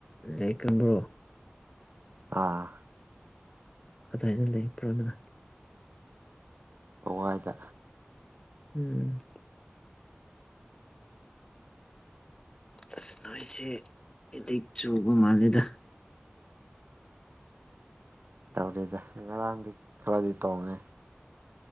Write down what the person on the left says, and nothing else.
ꯂꯩ ꯀꯝꯕ꯭ꯔꯣ
ꯀꯗꯥꯏꯅ ꯂꯩꯄ꯭ꯔꯥ ꯅꯪ
ꯎꯝ ꯑꯁ ꯅꯣꯢꯁꯦ ꯑꯦꯗꯤꯛ ꯆꯨꯕ ꯃꯥꯂꯦꯗ